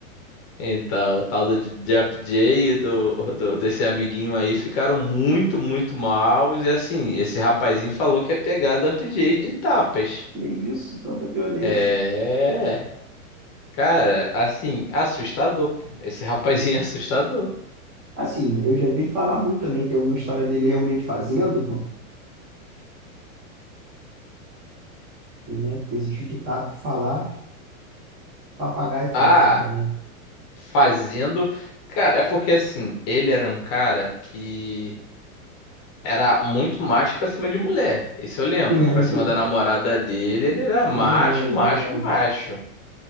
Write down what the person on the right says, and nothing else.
E é isso, tanta violência.
Assim, eu já vi ele falar muito também, tem alguma história dele realmente fazendo, e, né, existe o ditado que falar Papagaio fala,
né, também.
<laughs>
Herói,
é herói.